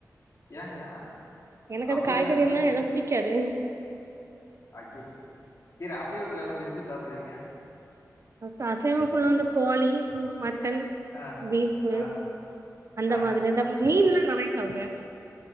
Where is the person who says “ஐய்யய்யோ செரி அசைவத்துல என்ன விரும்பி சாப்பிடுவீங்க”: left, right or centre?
Left